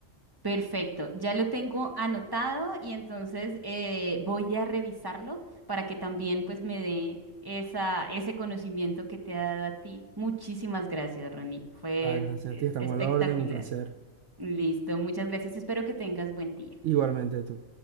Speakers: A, on the right; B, on the right.
A: Perfecto, ya lo tengo anotado y entonces eh, voy a revisarlo para que también pues me dé esa, ese conocimiento que te ha dado a ti. Muchísimas gracias, Ronnie. Fue
B: Ah, gracias
A: eh,
B: a ti, estamos
A: espectacular.
B: a la orden, un placer.
A: <laughs> Listo, muchas gracias. Espero que tengas buen día.
B: Igualmente tú.